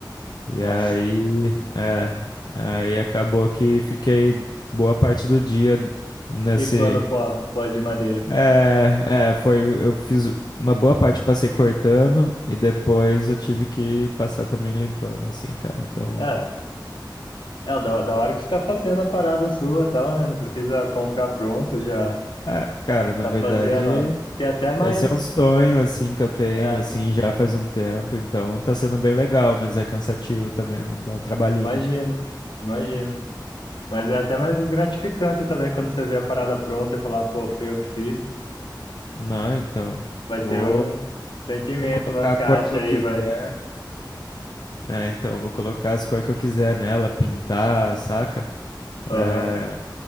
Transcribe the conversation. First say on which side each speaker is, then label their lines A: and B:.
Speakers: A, on the left; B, on the left.
A: E
B: Nossa,
A: aí, é, aí acabou que fiquei boa parte do dia nesse.
B: limpando pó, pó de madeira.
A: É, é, foi. Eu fiz uma boa parte, passei cortando e depois eu tive que passar também limpando, assim, cara. Então,
B: É, é o da, da hora que você tá fazendo a parada sua, e tal, né? Não precisa comprar pronto, já
A: é, cara, na
B: tá
A: verdade,
B: fazendo. Tem até mais.
A: esse é um sonho, assim, que eu tenho,
B: É,
A: assim, já faz um tempo. Então, tá sendo bem legal, mas é cansativo também, mano, dá um trabalhinho.
B: imagino, imagino. Mas é até mais gratificante também quando você vê a parada pronta e falar, pô, fui eu que fiz.
A: Não, então,
B: Vai
A: vou,
B: ter um sentimento
A: vou colocar
B: nas caixas
A: a cor que eu
B: aí,
A: quiser.
B: vai.
A: É, então, eu vou colocar as cores que eu quiser nela, pintar, saca?
B: Aham.
A: É,